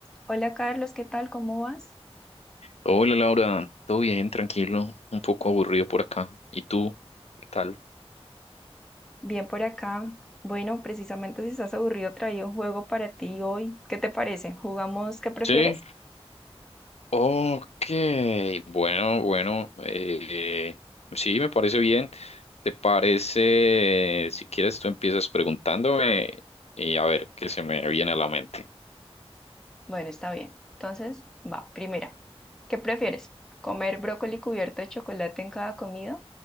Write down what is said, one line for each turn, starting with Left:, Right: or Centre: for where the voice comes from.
Centre: Hola Carlos, ¿qué tal? ¿Cómo vas?
Left: Hola Laura, todo bien, tranquilo, un poco aburrido por acá. ¿Y tú? ¿Qué tal?
Centre: Bien por acá. Bueno, precisamente si estás aburrido, traí un juego para ti hoy. ¿Qué te parece? ¿Jugamos qué prefieres?
Left: Sí. Ok, bueno, bueno, eh, sí, me parece bien. ¿Te parece, si quieres, tú empiezas preguntándome y a ver qué se me viene a la mente?
Centre: Bueno, está bien. Entonces, va, primera. ¿Qué prefieres? ¿Comer brócoli cubierto de chocolate en cada comida